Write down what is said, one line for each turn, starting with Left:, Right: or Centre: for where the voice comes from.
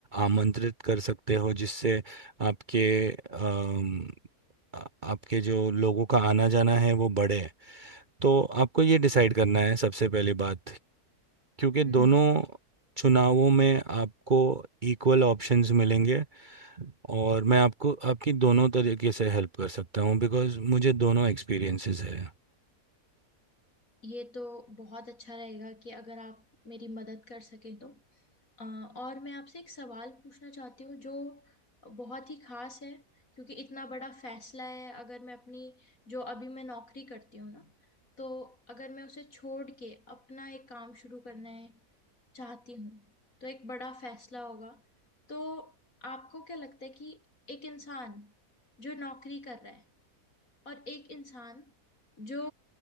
Right: आमंत्रित कर सकते हो जिससे आपके अम, आ- आपके जो लोगों का आना जाना है वो बढ़े तो आपको ये डिसाइड करना है सबसे पहली बात क्योंकि
Left: हम्म
Right: दोनों चुनावों में आपको इक्वल ऑप्शंस मिलेंगे और मैं आपको आपकी दोनों तरीके से हेल्प कर सकता हूँ बिकॉज मुझे दोनों एक्सपीरियंसेस है
Left: ये तो बहुत अच्छा रहेगा कि अगर आप मेरी मदद कर सकें तो अ, और मैं आपसे एक सवाल पूछना चाहती हूँ जो बहुत ही खास है क्योंकि इतना बड़ा फैसला है अगर मैं अपनी जो अभी मैं नौकरी करती हूँ ना तो अगर मैं उसे छोड़ के अपना एक काम शुरू करना है चाहती हूँ तो एक बड़ा फैसला होगा तो आपको क्या लगता है कि एक इंसान जो नौकरी कर रहा है और एक इंसान जो